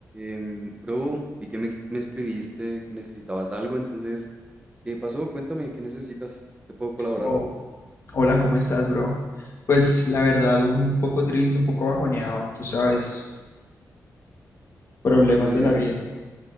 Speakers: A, on the right; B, on the left.
A: Em, bro, vi que me, ex- me escribiste que necesitabas algo, entonces, ¿qué pasó? Cuéntame, ¿qué necesitas? ¿Te puedo colaborar?
B: Oh, hola, ¿cómo estás, bro? Pues la verdad, un poco triste, un poco bajoneado, tú sabes, problemas
A: Mm,
B: de la vida.